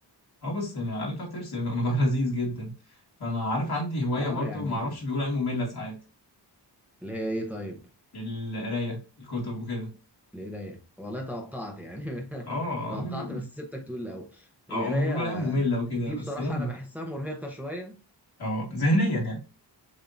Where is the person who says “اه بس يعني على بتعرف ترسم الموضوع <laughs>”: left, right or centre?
Left